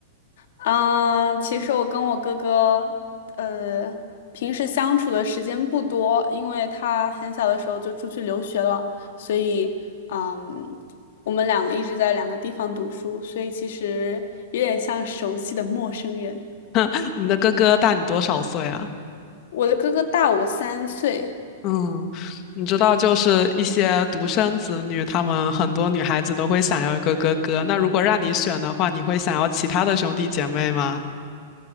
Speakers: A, on the left; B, on the left.
A: 嗯、呃其实我跟我哥哥，呃，平时相处的时间不多，因为他很小的时候就出去留学了，所以，嗯，我们两个一直在两个地方读书，所以其实有点像熟悉的陌生人。
B: <laughs> 你的哥哥大你多少岁啊？
A: 我的哥哥大我三岁，
B: 嗯，你知道，就是一些独生子女，他们很多女孩子都会想要一个哥哥。那如果让你选的话，你会想要其他的兄弟姐妹吗？